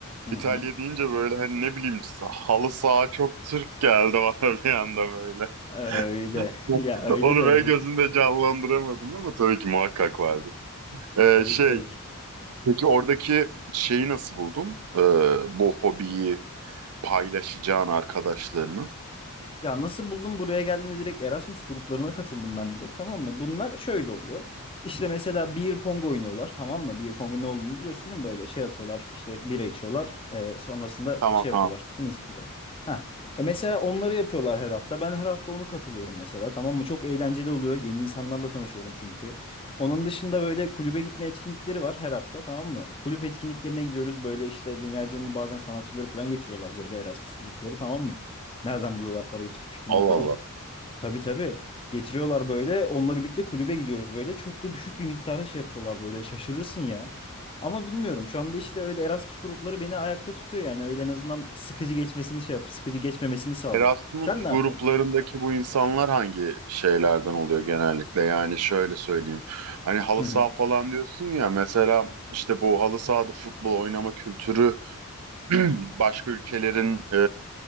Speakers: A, on the left; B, on the right.
A: Hı
B: İtalya
A: hı.
B: deyince böyle hani ne bileyim halı saha çok Türk geldi bana <laughs> bir anda böyle.
A: Öyle.
B: <laughs>
A: <laughs> Ya öyle
B: Onu
A: de
B: böyle
A: bu.
B: gözümde canlandıramadım ama tabii ki muhakkak vardı. Ee,
A: Tabii
B: şey,
A: ki tabii ki.
B: peki oradaki şeyi nasıl buldun? Ee, bu hobiyi, paylaşacağın arkadaşlarını.
A: Ya nasıl buldum buraya geldim direkt Erasmus gruplarına katıldım ben direkt tamam mı? Bunlar şöyle oluyor. İşte mesela beer pong oynuyorlar tamam mı? Beer pong'un ne olduğunu biliyorsun değil mi? Böyle şey atıyorlar işte bira içiyorlar. e, sonrasında
B: Tamam
A: şey
B: tamam.
A: yapıyorlar tenis ipüyle. Ha. E mesela onları yapıyorlar her hafta. Ben her hafta onu katılıyorum mesela tamam mı? Çok eğlenceli oluyor. Yeni insanlarla tanışıyorum çünkü. Onun dışında böyle kulübe gitme etkinlikleri var her hafta tamam mı? Kulüp etkinliklerine gidiyoruz. Böyle işte dünyaca ünlü bazen sanatçıları falan getiriyorlar böyle Erasmus grupları tamam mı? Nereden buluyorlar parayı hiçbir fikrim
B: Allah
A: yok ama.
B: Allah.
A: Tabii tabii. Getiriyorlar böyle. Onunla birlikte kulübe gidiyoruz böyle. Çok da düşük bir miktara şey yapıyorlar böyle. Şaşırırsın ya. Ama bilmiyorum. Şu anda işte öyle Erasmus grupları beni ayakta tutuyor yani. Öyle en azından sıkıcı geçmesini şey yapıyor. Sıkıcı geçmemesini sağlıyor.
B: Erasmus
A: Sen ne yapıyorsun?
B: gruplarındaki bu insanlar hangi şeylerden oluyor genellikle? Yani şöyle söyleyeyim. Hani halı
A: Hı
B: saha
A: hı.
B: falan diyorsun ya mesela işte bu halı sahada futbol oynama kültürü <clears throat> başka ülkelerin e,